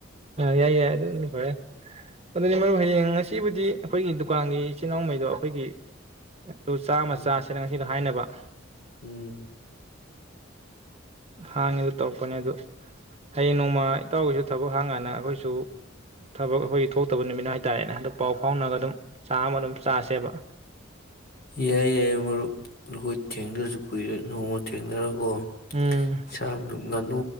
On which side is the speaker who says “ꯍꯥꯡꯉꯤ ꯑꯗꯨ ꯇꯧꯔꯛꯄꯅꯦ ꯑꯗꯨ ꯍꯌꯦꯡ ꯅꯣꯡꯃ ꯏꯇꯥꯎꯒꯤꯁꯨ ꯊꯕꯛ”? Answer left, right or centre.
Right